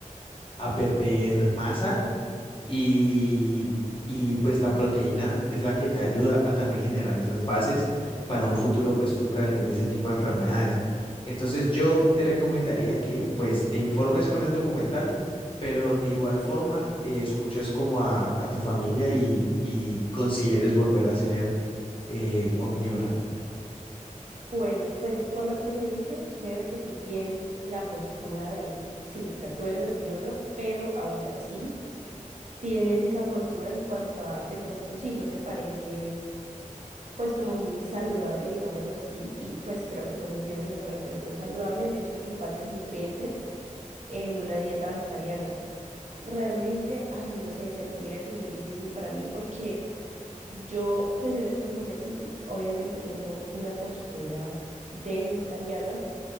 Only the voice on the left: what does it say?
a perder masa y, y pues la proteína es la que te ayuda a también generar esas bases para un futuro, pues tú prevenir ese tipo de enfermedades. Entonces yo te recomendaría que pues te informes con el documental, pero de igual forma eh, escuches como a, a tu familia y, y consideres volver a ser eh, omnívora.